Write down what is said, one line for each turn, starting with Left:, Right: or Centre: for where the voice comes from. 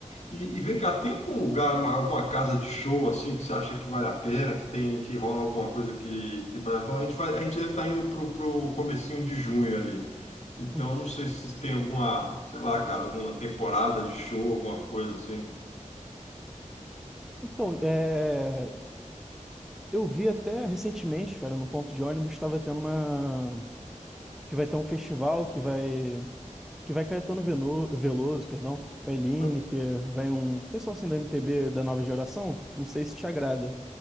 Left: E, e vem cá, tem algum lugar, uma, alguma casa de show assim que você acha que vale a pena, que tem, que rola alguma coisa que, que vale a pena? A gente vai, a gente deve estar indo pro, pro comecinho de junho ali. Então,
Centre: uhum.
Left: não sei se tem alguma, sei lá, cara, alguma temporada de show, alguma coisa assim.
Centre: Então, é, eu vi até recentemente, cara, no ponto de ônibus, estava tendo uma. Que vai ter um festival que vai. Que vai Caetano Veno- Veloso, perdão, vai Lineker,
Left: Mas,
Centre: vai um pessoal assim da MPB da nova geração, não sei se te agrada.